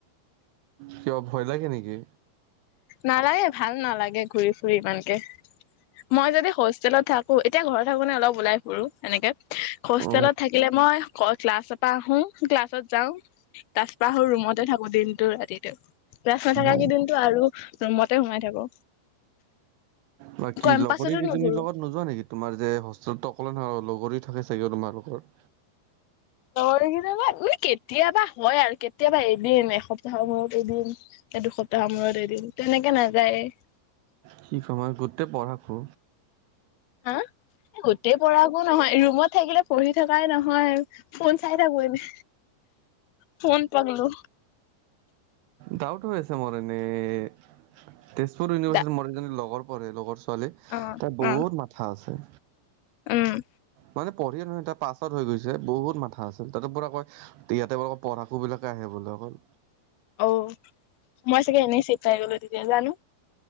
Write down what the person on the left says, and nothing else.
নালাগে ভাল নালাগে ঘূৰি ফুৰি ইমানকে। মই যদি হোষ্টেলত থাকো, এতিয়া ঘৰত থাকো নে অলপ ওলাই ফুৰো এনেকে। হোষ্টেলত
থাকিলে মই ক্ল ক্লাছৰ পৰা আহো, ক্লাছত যাওঁ। ক্লাছ পা আহো ৰুমতে থাকো দিনটো ৰাতিটো। ক্লাছ নাথাকা
কে দিন আৰু ৰুমতে সোমাই থাকো।
কেম্পাছতো
নুঘুৰো
লগৰীকেইটাবাত মানে কেতিয়াবা হয় আৰু কেতিয়াবা এদিন এসপ্তাহৰ মূৰত এদিন। এ দুসপ্তাহৰ মূৰত এদিন তেনেকে নাযায়ে।
হা গোটেই পঢ়াকো নহয়। ৰুমত থাকিলে পঢ়ি থকাই নহয়। ফোন চাই থাকো এনে। ফোন পাগলো।
দা
অ
অ
উম।
অ মই চাগে এনেই চিটা পাই গলো তেতিয়া জানো